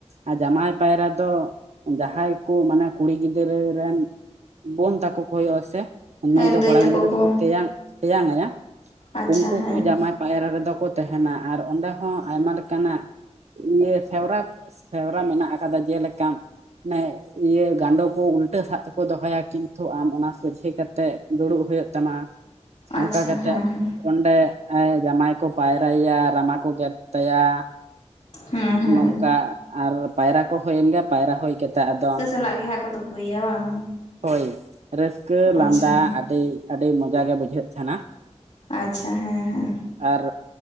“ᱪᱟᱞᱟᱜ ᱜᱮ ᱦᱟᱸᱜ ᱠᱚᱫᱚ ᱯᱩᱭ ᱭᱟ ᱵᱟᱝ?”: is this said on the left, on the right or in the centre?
Left